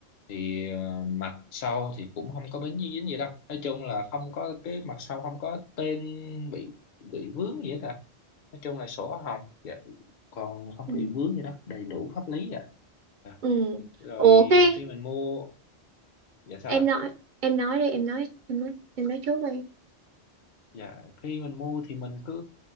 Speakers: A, on the left; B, on the right.
A: thì ờ, mặt sau thì cũng không có bến dính gì đâu nói chung là không có cái mặt sau không có tên bị bị vướng gì hết à nói chung là sổ hồng dạ. còn không
B: Ừ.
A: bị vướng gì đó đầy đủ pháp lý ạ à.
B: ừ
A: Dạ, rồi
B: ủa cái
A: khi mình mua dạ sao
B: em
A: ạ
B: nói em nói đi em nói em nói em nói trước đi
A: Dạ, khi mình mua thì mình cứ